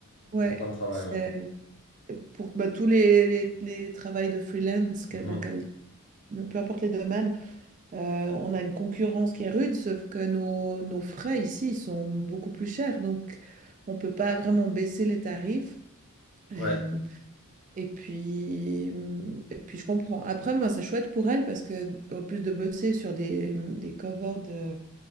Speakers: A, on the right; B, on the left.
A: Ouais,
B: pour plein de travail,
A: c'est
B: ouais.
A: pour bah, tous les, les, les travails de freelance, que-
B: Mhm.
A: donc elle- peu importe les domaines, euh, on a une concurrence qui est rude, sauf que nos, nos frais ici sont beaucoup plus chers, donc on peut pas vraiment baisser les tarifs. Et,
B: Ouais.
A: et puis, mmh, et puis je comprends. Après, moi, c'est chouette pour elle parce que en plus de bosser sur des, mmh, des covers de,